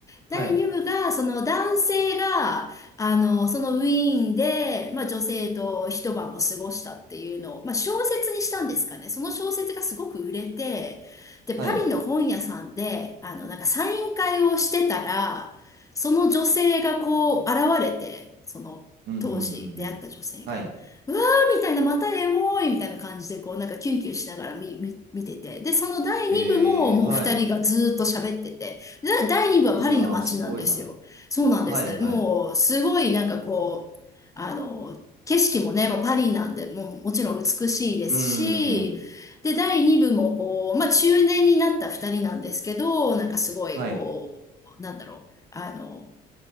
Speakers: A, on the left; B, on the right.
A: 第2部が、
B: はい。
A: その男性が、あの、そのウィーンで、まあ女性と一晩を過ごしたっていうのを、まあ小説にしたんですかね。その小説がすごく売れて、で、
B: はい。
A: パリの本屋さんで、あの、なんかサイン会をしてたら、その女性がこう現れて、その当時出会った女性が、
B: うんうんうんうん。はい。
A: うわーみたいな、またエモいみたいな感じで、こうなんかキュンキュンしながら見、見、見てて。で、その第2部ももう二人がずーっと喋ってて、
B: えー、はい。
A: で第2部はパリの街なんですよ。
B: いやー、すごいな。
A: そうなんです。
B: はいはい。
A: もう、すごいなんかこう、あの、景色もね、もうパリなんで、もうもちろん美しいですし、
B: うーん。
A: で、第2部もこう、まあ中年になった2人なんですけど、なんかすごいこう、
B: はい。
A: なんだろう、あの、